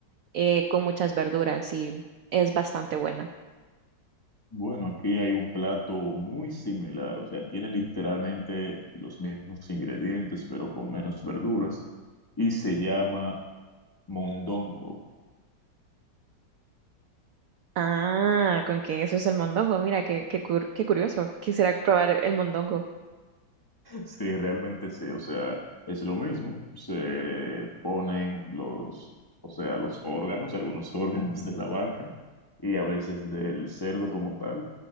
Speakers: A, on the right (about 80°); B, on the left (about 35°).
A: eh, con muchas verduras y es bastante bueno.
B: Bueno, aquí hay un plato muy similar, o sea, tiene literalmente los mismos ingredientes, pero con menos verduras, y se llama mondongo.
A: Ah, con que eso es el mondongo. Mira, qué, qué, cur- qué curioso. Quisiera probar el mondongo.
B: Sí, realmente sí, o sea, es lo mismo, se ponen los, o sea, los órganos, algunos <laughs> órganos de la vaca y a veces del cerdo como tal,